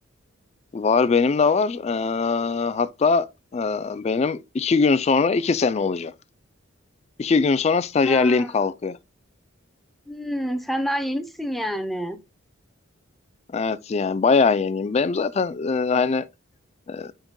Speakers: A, on the left; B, in the centre.
A: Var benim de var. Ee, hatta e, benim 2 gün sonra 2 sene olacak. 2 gün sonra stajyerliğim
B: Ha.
A: kalkıyor.
B: Hmm, sen daha yenisin yani.
A: Evet yani bayağı yeniyim. Benim zaten e, hani e,